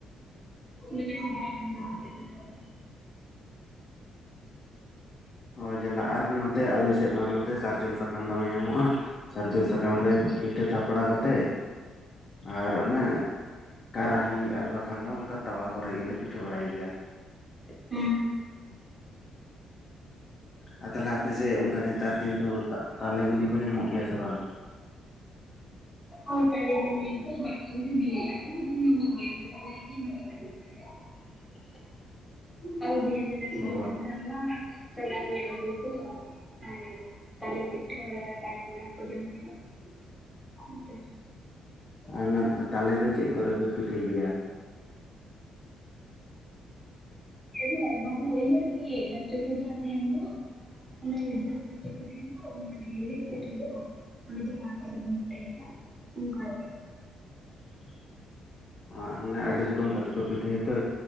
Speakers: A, in the centre; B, on the left (about 40°).
A: ᱫᱚᱻ <unintelligible>
B: ᱚ ᱡᱟᱞᱟ ᱟᱨ ᱱᱚᱛᱮ ᱟᱞᱮ ᱥᱮᱫ ᱢᱟ ᱱᱚᱛᱮ ᱥᱟᱨᱡᱚᱢ ᱥᱟᱠᱟᱢ ᱫᱚᱢᱮ ᱧᱟᱢᱚᱜᱼᱟ ᱾ ᱥᱟᱨᱡᱚᱢ ᱥᱟᱠᱟᱢ ᱨᱮ
A: ᱫᱚ
B: ᱯᱤᱴᱷᱟᱹ ᱛᱷᱟᱯᱲᱟ ᱠᱟᱛᱮᱜ, ᱟᱨ ᱚᱱᱮ ᱠᱟᱨᱟᱦᱤ ᱟᱨ ᱵᱟᱠᱷᱟᱱ ᱫᱚ ᱚᱱᱠᱟ ᱛᱟᱣᱟ ᱠᱚᱨᱮ ᱜᱮᱞᱮ ᱯᱤᱴᱷᱟᱹ ᱵᱟᱲᱟᱭ ᱜᱮᱭᱟ᱾
A: ᱦᱩᱸᱻ
B: ᱟᱨ ᱛᱟᱦᱮᱞᱮ ᱟᱯᱮ ᱥᱮᱫ ᱚᱱᱠᱟ ᱱᱮᱛᱟᱨ ᱫᱤᱱ ᱫᱚ ᱛᱟᱞᱮ ᱵᱤᱞᱤ ᱠᱚ ᱧᱟᱢᱚᱜ ᱜᱮᱭᱟ ᱥᱮ ᱵᱟᱝ?
A: ᱦᱳᱭ ᱛᱟᱹᱞᱤ ᱵᱤᱞᱤ ᱦᱚᱭ ᱢᱟᱛᱠᱚᱢ ᱵᱤᱞᱤ᱾ <unintelligible>
B: <inaudible>
A: <unintelligible> ᱟᱨ ᱵᱤᱞᱤ ᱦᱩᱭ ᱞᱮᱱ ᱜᱮ
B: ᱚ
A: ᱟᱨ ᱠᱷᱟᱱ ᱢᱟ ᱪᱟᱞᱟᱣ ᱦᱩᱭᱩᱜᱼᱟ ᱟᱹᱜᱩ ᱠᱚ <unintelligible> ᱛᱟᱹᱞᱤ ᱯᱤᱴᱷᱟᱹ ᱛᱟᱹᱞᱤ ᱵᱚᱲᱟ ᱠᱚ ᱡᱚᱢ ᱦᱩᱭᱩᱜᱼᱟ᱾ <unintelligible>
B: ᱟᱨ ᱚᱱᱟ ᱛᱟᱞᱮ ᱫᱚ ᱪᱮᱫ ᱠᱚᱨᱮᱯᱮ ᱯᱤᱴᱷᱟᱹᱭ ᱜᱮᱭᱟ?
A: ᱮ ᱦᱮᱸ ᱚᱱᱟᱫᱚ ᱤᱭᱟ ᱨᱮᱜᱤ ᱚᱱᱟ ᱚᱱᱟ ᱪᱟᱴᱩ ᱡᱟᱦᱟᱸ ᱛᱟᱦᱮᱱ ᱫᱚ᱾ ᱚᱱᱟ ᱞᱟᱹᱜᱤᱫ <unintelligible> ᱠᱚ ᱛᱟᱦᱮᱱᱟ ᱛᱚ ᱚᱱᱟ ᱨᱮᱜᱤ <unintelligible> ᱫᱚ᱾ ᱚᱱᱮ ᱡᱟᱦᱟᱸ ᱟᱠᱟ ᱫᱚᱵᱚᱱ ᱵᱟᱰᱟᱭ ᱜᱮᱭᱟ ᱤᱱᱠᱟ ᱜᱮ᱾
B: <inaudible> ᱟᱨ ᱦᱟᱱᱮ ᱟᱹᱰᱤ ᱨᱚᱠᱚᱢ ᱜᱟᱛᱮ ᱠᱚ ᱯᱤᱴᱷᱟᱹᱭᱟ ᱛᱚ